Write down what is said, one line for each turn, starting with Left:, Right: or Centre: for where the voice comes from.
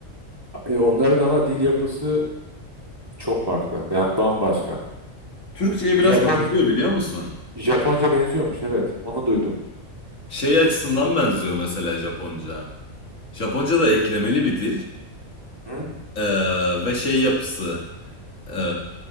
Right: e, onların ama dil yapısı Çok farklı. Ben bambaşka.
Left: Türkçe'ye
Right: Japon
Left: biraz benziyor biliyor musun?
Right: Japonca benziyormuş evet. Onu duydum.
Left: Şey açısından benziyor mesela Japonca. Japonca da eklemeli bir dil.
Right: Hı?
Left: Ee, ve şey yapısı ee,